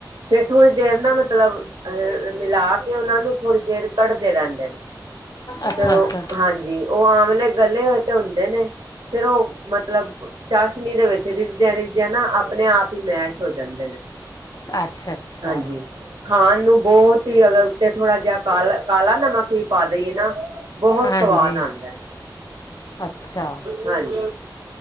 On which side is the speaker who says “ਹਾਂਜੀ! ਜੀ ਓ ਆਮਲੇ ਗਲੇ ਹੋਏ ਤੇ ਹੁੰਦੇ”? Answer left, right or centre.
Right